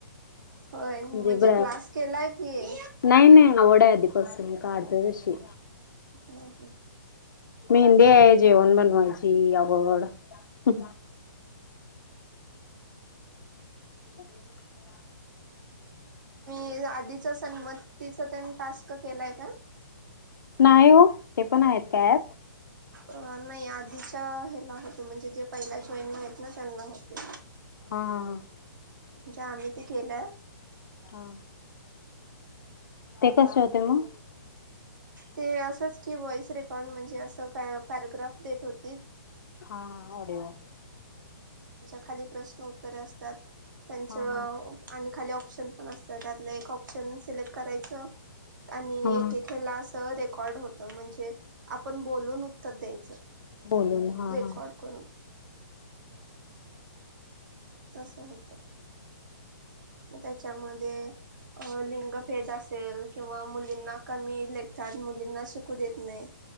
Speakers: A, on the right; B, on the left.
A: होय
B: म्हणजे ब
A: क्लास केलाय की
B: नाही नाही ओडा. बसून मी काढते तशी
A: हम्म हम्म.
B: मेहंदी आहे जेवण बनवायची आवड ह <unintelligible>
A: तेच आधीच संनमतीचा त्यानी टास्क केलाय का.
B: नाही हो ते पण आहेत काय.
A: अ नाही आधीच्या ह्याला होते म्हणजे जे पहिल्या जॉईनिंग आहेत ना त्यांना होते.
B: हा हा.
A: जे आम्ही ते केलंय.
B: हा. ते कसे होते मग.
A: ते असंच की व्हॉइस रेकॉर्ड म्हणजे असं का पॅराग्राफ देत होती
B: हा ऑडीओ.
A: खाली प्रश उत्तर असतात आणि आ
B: हा हा.
A: त्यांचा खाली ऑप्शन ऑप्शन पण असतात त्यातलं एक ऑप्शन सिलेक्ट करायचं आणि
B: हा
A: एक ऐकेल अस रेकॉर्ड होत म्हणजे आपण बोलून उत्तर द्यायचं.
B: बोलून हा
A: रेकॉर्ड
B: हा.
A: करून. तस होत मग त्याच्यामध्ये ते अ लिंगभेद असेल किंवा मुलींना कमी लेखतात मुलींना शिकू देत नाही.